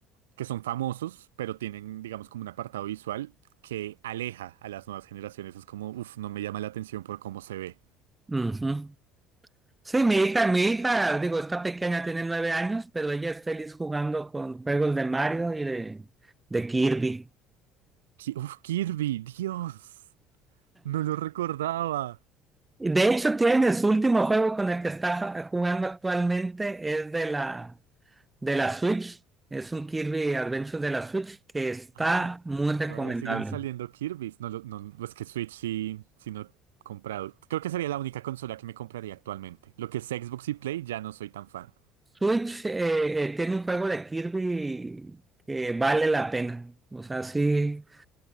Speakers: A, on the right; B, on the right.
A: que son famosos, pero tienen, digamos, como un apartado visual que aleja a las nuevas generaciones. Es como, uff, no me llama la atención por cómo se ve.
B: ujú. Sí, mi hija, mi hija, digo, está pequeña, tiene nueve años, pero ella es feliz jugando con juegos de Mario y de, de Kirby.
A: Ki- Uf, Kirby, Dios, no lo recordaba.
B: Y De hecho, tiene su último juego con el que está ja- jugando actualmente, es de la, de la Switch. Es un Kirby Adventure de la Switch que está
A: Ah,
B: muy recomendable.
A: todavía siguen saliendo Kirby's. No, lo- no, es que Switch sí, sí no he comprado. Creo que sería la única consola que me compraría actualmente. Lo que es Xbox y Play ya no soy tan fan.
B: Switch eh, eh, tiene un juego de Kirby que vale la pena. O sea, sí.